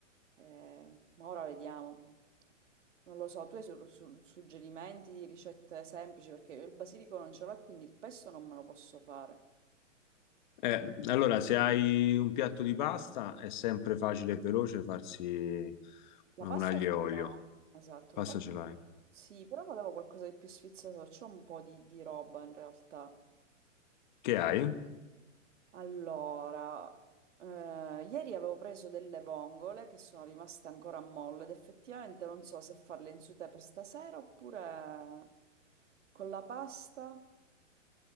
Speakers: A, on the right; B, on the left.
A: eh, ma ora vediamo. Non lo so, tu hai su- su- suggerimenti di ricette semplici perché io il basilico non ce l'ho, quindi il pesto non me lo posso fare.
B: Eh, allora, se hai un piatto di pasta, è sempre facile e veloce farsi
A: La
B: un
A: pasta
B: aglio
A: ce
B: e olio.
A: l'ho. Esatto,
B: Pasta
A: la pasta
B: ce l'hai.
A: sì, però volevo qualcosa di più sfizioso, c'ho un po' di, di roba in realtà.
B: Che hai?
A: Allora, eh, ieri avevo preso delle vongole che sono rimaste ancora a molle ed effettivamente non so se farle in sauté per stasera oppure con la pasta,